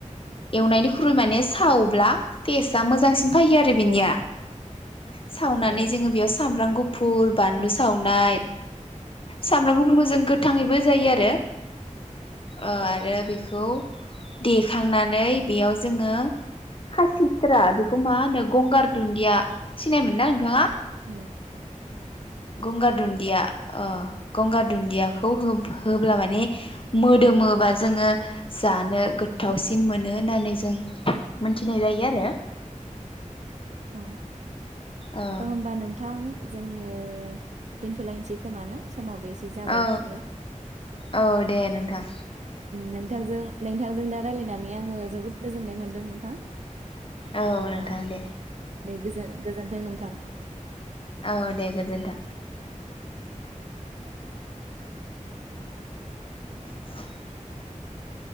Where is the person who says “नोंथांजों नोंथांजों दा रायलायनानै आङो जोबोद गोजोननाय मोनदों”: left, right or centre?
Right